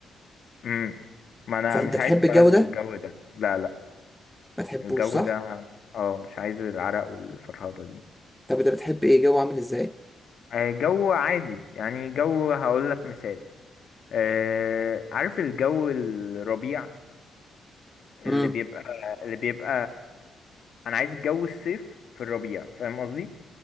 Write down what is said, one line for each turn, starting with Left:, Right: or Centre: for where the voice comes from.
Left: مم. ما انا
Centre: فانت
Left: مش
Centre: تحب
Left: عايز بقى
Centre: الجو
Left: الجو
Centre: ده
Left: ده لا لا
Centre: ما تحبوش
Left: الجو
Centre: صح
Left: ده اه مش عايز العرق والفرهضة دي
Centre: طب انت بتحب ايه جو عامل ازاي
Left: آه، جو عادي يعني جو هقول لك مثال آه، عارف الجو الربيع اللي
Centre: امم
Left: بيبقى اللي بيبقى انا عايز الجو الصيف في الربيع فاهم قصدي